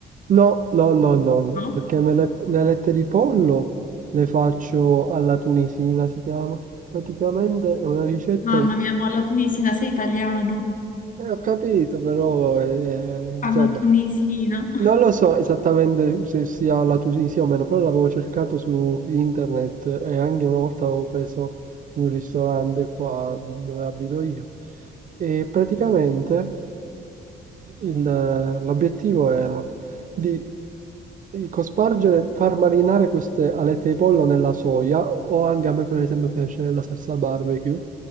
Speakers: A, on the right (about 40°); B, on the left (about 40°).
A: No, no, no, no, no,
B: No?
A: perché me le, le alette di pollo le faccio alla tunisina, si chiama. Praticamente è una ricetta...
B: Mamma
A: Eh,
B: mia, mo alla tunisina sei italiano.
A: ho capito, però, eh, eh,
B: Alla
A: insomma...
B: tunisina.
A: Non lo so esattamente se sia la Tunisia o meno, però l'avevo cercato su internet e anche una volta l'avevo preso in un ristorante qua dove abito io. E praticamente il- l'obiettivo era di di cospargere, far marinare queste alette di pollo nella soia o anche a me per esempio piace la salsa barbecue